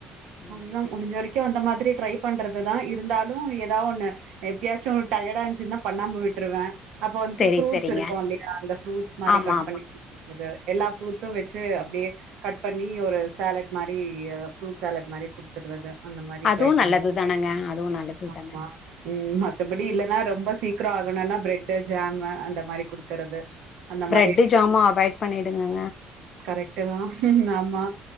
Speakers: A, on the left (about 50°); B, on the right (about 65°).
A: அந்த
B: அதுதா
A: மாரி ட்ரை
B: முடிஞ்ச
A: பண்ணுங்க
B: வரைக்கு அந்த மாதிரி ட்ரை பண்றதுதா இருந்தாலு எதா ஒண்ணு எப்பயாச்சு டயர்டா இருந்ச்சுனா பண்ணாம விட்டுருவே அப்ப வந்துட்டு
A: சரி
B: ஃப்ரூட்ஸ்
A: சரிங்க
B: இருக்கு இல்லயா அந்த ஃப்ரூட்ஸ் மாரி
A: ஆமா
B: கட்
A: ஆமா
B: பண்ணிக் குது எல்லா ஃப்ரூட்ஸு வெச்சு அப்டியே கட் பண்ணி ஒரு சேலட் மாரி ஃப்ரூட்ஸ் சேலட் மாரி அப்டியே குடுத்தர்றது அந்த மாரி
A: அதுவு
B: ட்ரை
A: நல்லது
B: பண்ணொ
A: தானங்க அதுவு நல்லது
B: ஆமா
A: தான
B: ம் மத்தபடி இல்லனா ரொம்ப சீ க்கிரோ ஆகணுனா பிரெட்டு் ஜேமு அந்த மாரி குடுக்கறது அந்த மாரி
A: பிரெட்டு
B: என்னைக்காச்சு
A: ஜாமு
B: ஒரு
A: அவாய்ட்
B: நாள்
A: பண்ணிடுங்கங்க
B: கரெக்ட்டுதா ஆமா